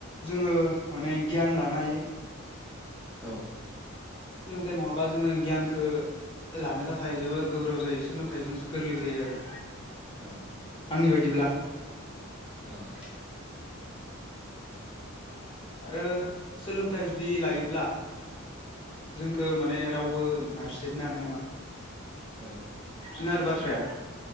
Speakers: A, on the left; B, in the centre.
A: जोङो माने गियान लानो हायो
B: औ
A: सोलोंथाइ नङाबा जोङो गियानखौ लानो थाखाय जोबोर गोब्राब जायो सोलोंथाइजोंसो गोरलै जायो आरो
B: औ औ
A: आंनि बायदिब्ला
B: औ
A: आरो सोलोंथाइ जुदि लायोब्ला जोंख माने रावबो नारसिबनो हानाय नङा
B: औ
A: बिदिनो आरो बाथ्राया